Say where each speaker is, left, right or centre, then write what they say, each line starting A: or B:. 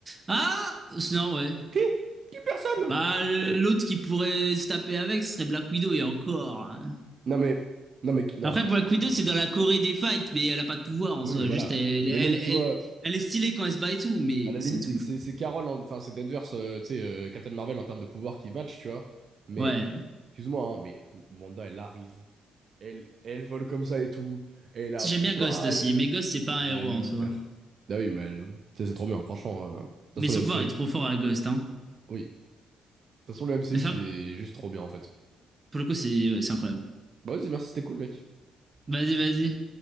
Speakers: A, on the right (about 25°); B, on the right (about 50°).
A: Ah Non, ouais.
B: Qui? Qui personne?
A: Bah, l'autre qui pourrait se taper avec, ce serait Black Widow, et encore. hein.
B: Non mais, non mais, qui- non
A: Après,
B: mais,
A: Black
B: euh,
A: Widow, c'est dans la Corée des fights, mais elle a pas de pouvoir, en
B: oui
A: soi.
B: voilà.
A: Juste, elle, elle,
B: Mais même
A: elle,
B: tu
A: elle
B: vois,
A: elle est stylée quand elle se bat et tout, mais
B: à la limite
A: c'est tout.
B: c'est c'est
A: genre.
B: c'est Carol, en- enfin c'est Danvers, euh, tu sais euh, Captain Marvel en termes de pouvoir qui match, tu vois. Mais
A: Ouais.
B: excuse-moi, hein, mais Wanda elle arrive, elle elle vole comme ça et tout, et la
A: Si, J'aime
B: balle,
A: bien Ghost aussi, mais Ghost, c'est pas
B: elle
A: un
B: l'allume
A: héros en soi.
B: frère. Ah oui mais elle, tu sais, c'est trop bien, franchement. euh, De toute façon
A: Mais son
B: le MCU,
A: pouvoir est trop fort à Ghost, hein.
B: oui, de toute façon le MCU
A: Mais ça,
B: c'est juste trop bien en fait.
A: Pour le coup, c'est ouais, c'est incroyable.
B: Bah vas-y merci, c'était cool mec.
A: Vas-y, vas-y.